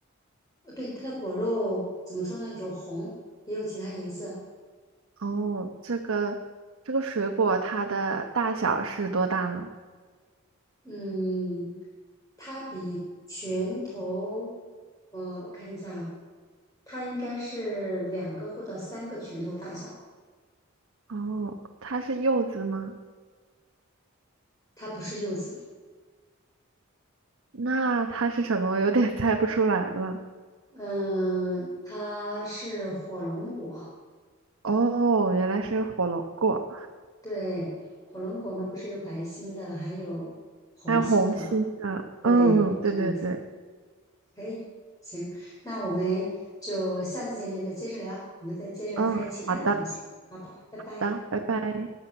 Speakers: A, on the left; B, on the right.
A: 呃对，它的果肉怎么说呢？有红，也有其他颜色。
B: 哦，这个这个水果它的大小是多大呢？
A: 嗯，它比拳头，呃，我看一下啊它应该是两个或者三个拳头大小。
B: 哦，它是柚子吗？
A: 它不是柚子，
B: 那它是什么？我有点 <laughs> 猜不出来了。
A: 嗯，它是火龙果。
B: 哦，原来是火龙果。
A: 对，火龙果我们不是有白心的，还有红心的嘛？
B: 还有红心的，
A: 对，
B: 嗯，对对对，
A: 这样子，哎，行，那我们就下次见面再接着聊，我们再接着猜其他的东西，
B: 嗯，好的，好
A: 好吧，拜拜。
B: 的，拜拜。